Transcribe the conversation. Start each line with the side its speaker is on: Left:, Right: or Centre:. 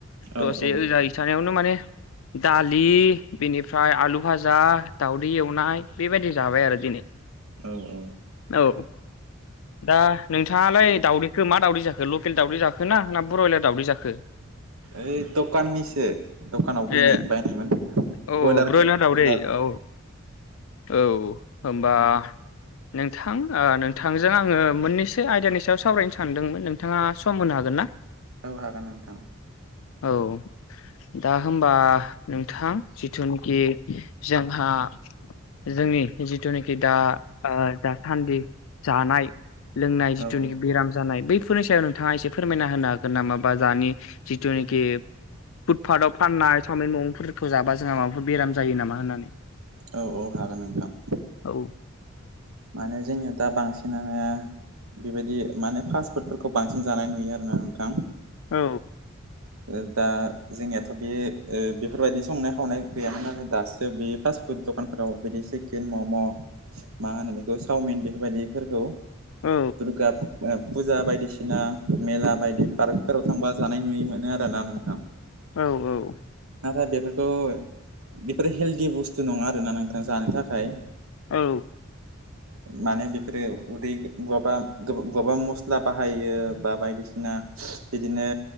Right: औ
Left: दसे
Right: औ
Left: होजायो। सानायावनो माने दालि बेनिफ्राय आलु फाजा दाउ दै एवनाय बेबायदि जाबाय आरो दिनै।
Right: औ औ।
Left: औ। दा नोंथाङालाय दाउदैखौ मा दावदै जाखो लकेल दाावदै जाखोना ना ब्रयलार दावदै जाखो?
Right: ओइ दखाननिसो दखानाव
Left: ए
Right: बैनाय बायनायमोन ब्रयलारखौ
Left: औ
Right: ब्रयलार
Left: दावदै औ औ होमबा नोंथां ओ नोंथांजों आंङो मोननैसो आयदानि सायाव सावरायनो सानदोंमोन नोंथाङा सम होनो हागोन ना?
Right: औ हागोन नोंथां।
Left: औ। दा होमबा नोंथां जिथुनाखि जोंहा जोंनि जिथुनाखि दा ओ दासान्दि जानाय लोंनाय जिथुनिखि
Right: औ औ
Left: बेराम जानाय बैफोरनि सायाव नोंथाङा एसे फोरमायना होनो हागोन नामा बा दानि जिथुनिखि फुटपाटाव फाननाय सावमिन ममफोर जाबा जोंहा माबाफोर बेराम जायो नामा होननानै?
Right: औ औ हागोन नोंथां।
Left: औ।
Right: माने जोंनिया दा बांसिनानो बेबायदि माने फास्ट फुडफोरखौ बांसिन जानाय नुयो आरोना नोंथां।
Left: औ।
Right: ओ दा जोंनियाथ' बे ओ बेफोरबायदि संनाय खावनाय गैयामोन आरोथाय दासो बे फास फुद दखानफोराव बिदि चिकेन मम' मा होनो बेखौ चावमिन बेफोरबायदिफोरखौ
Left: औ
Right: <unintelligible> फुजा बायदिसिना मेला बायदि पार्कफोराव थांबा जानाय नुयै मोनो आरो ना नोंथां।
Left: औ औ।
Right: नाथाय बेफोरखौ बेफोरो हेलदि बुस्थु नंङा आरोना नोंथां जानो थाखाय।
Left: औ।
Right: मानो बेफोरो उदै बहाबा बहाबा मस्ला बाहायो बा बायदिसिना ओ बिदिनो